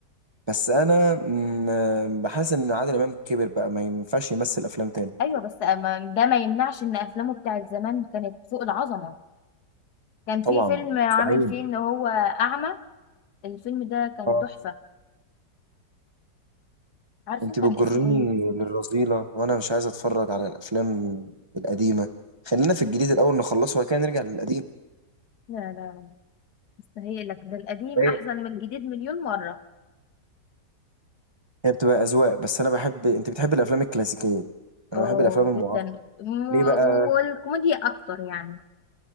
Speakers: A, on the right; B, on the left.
A: بس أنا م- بحس إن عادل إمام كبر بقى ما ينفعش يمثل أفلام تاني
B: ايوه بس أما ده ما يمنعش ان افلامه بتاعت زمان كانت فوق العظمه كان
A: طبعا
B: في فيلم عامل
A: مستحيل
B: فيه ان هو اعمى الفيلم ده كان
A: اه
B: تحفة عارفة
A: أنت بتجرني
B: كان اسمه ايه؟
A: للرذيلة وأنا مش عايز أتفرج على الأفلام القديمة خلينا في الجديد الأول نخلصه وبعد كده نرجع للقديم
B: لا لا لا مستهيئلك ده القديم
A: ايه
B: أحسن من الجديد مليون مرة
A: هي بتبقى أذواق بس أنا بحب أنت بتحب الأفلام الكلاسيكية أنا
B: اه
A: بحب الأفلام المعاصرة
B: جدا م-
A: ليه بقى
B: والكوميديا أكتر يعني